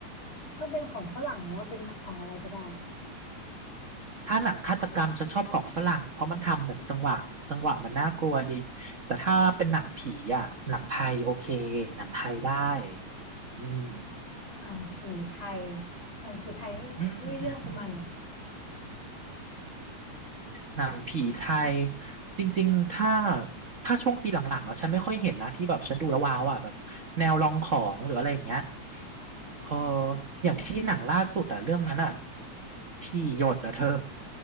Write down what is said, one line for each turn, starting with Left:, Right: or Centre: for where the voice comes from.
Left: ต้องเป็นของฝรั่งหรือว่าเป็นของอะไรก็ได้
Right: ๆถ้าหนังฆาตกรรมฉันชอบของฝรั่งเพราะมันทำแบบจังหวะจังหวะมันน่ากลัวดีแต่ถ้าเป็นหนังผีอ่ะหนังไทยโอเคหนังไทยได้อืม
Left: หนังผีไทยหนังผีไทย
Right: อืม
Left: นี่เรื่องประมาณไหน
Right: หนังผีไทยจริงๆ ถ้าถ้าช่วงปีหลังๆแล้วฉันไม่ค่อยเห็นนะที่แบบฉันดูแล้วว้าวอ่ะแบบแนวลองของหรืออะไรอย่างเงี้ยเอออย่างที่หนังล่าสุดอ่ะเรื่องนั้นอ่ะ
Left: อืม
Right: ที่หยดอ่ะเธอ